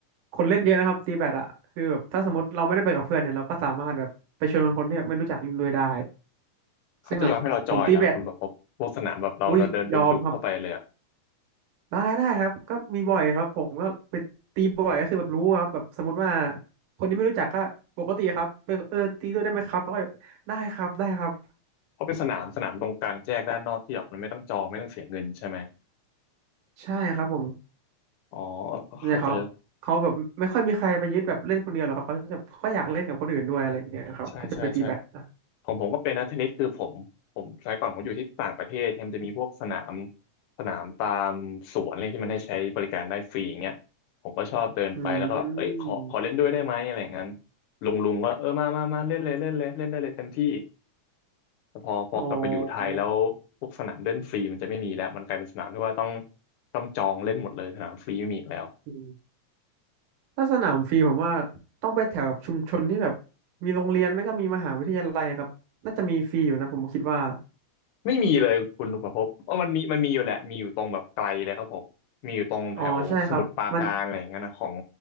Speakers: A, on the right (about 85°); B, on the left (about 75°).
A: คนเล่นเยอะนะครับตีแบดอะคือแบบถ้าสมมติเราไม่ได้ไปกับเพื่อนเนี่ยเราก็สามารถแบบไปชวนคนที่แบบไม่รู้จักเล่นด้วยได้
B: เขาจะยอมให้เราจอยแล้วคุณประพบพวกสนามแบบเราเราเดินดุ่มๆเข้าไปเลยอ่ะ
A: ซึ่งแบบผมตีแบดอุ้ยยอมครับได้ได้ครับก็มีบ่อยครับผมก็ไปตีบ่อยก็คือแบบรู้ครับแบบสมมติว่าคนที่ไม่รู้จักก็ปกติครับไปเออตีด้วยได้ไหมครับเขาก็แบบได้ครับได้ครับ
B: เพราะเป็นสนามสนามตรงกลางแจ้งด้านนอกที่แบบมันไม่ต้องจองไม่ต้องเสียเงินใช่ไหม
A: ใช่ครับผม
B: อ๋อเข้าใจ
A: เนี่ยเขาเขาแบบไม่ค่อยมีใครไปยึดแบบเล่นคนเดียวหรอกครับเขาจะค่อยอยากเล่นกับคนอื่นด้วยอะไรอย่างเงี้ยครับถ้าจะไปตีแบดนะ
B: ใช่ใช่ใช่ ของผมก็เป็นนะเทนนิสคือผมผมสมัยก่อนผมอยู่ที่ต่างประเทศเนี่ยมันจะมีพวกสนามสนามตามสวนอะไรที่มันให้ใช้บริการได้ฟรีอย่างเงี้ยผมก็ชอบเดินไปแล้วก็แบบเอ้ยขอขอเล่นด้วยได้ไหมอะไรอย่างนั้น
A: อืม
B: ลุงลุงก็เออมามามาเล่นเลยเล่นเลยเล่นได้เลยเต็มที่แต่พอพอกลับมาอยู่ไทยแล้วพวกสนามเล่นฟรีมันจะไม่มีแล้วมันกลายเป็นสนามที่ว่าต้อง
A: อ๋อ
B: ต้องจองเล่นหมดเลยสนามฟรีไม่มีอีกแล้ว
A: อืมถ้าสนามฟรีผมว่าต้องไปแถวแบบชุมชนที่แบบมีโรงเรียนไม่ก็มีมหาวิทยาลัยครับน่าจะมีฟรีอยู่นะผมคิดว่า
B: ไม่มีเลยคุณลุงประพบว่ามันมีมันมีอยู่แหละมีอยู่ตรงแบบไกลเลยครับผมมีอยู่ตรงแถวสมุทรปราการอะไรอย่างเงี้ยนะของ
A: อ๋อใช่ครับมัน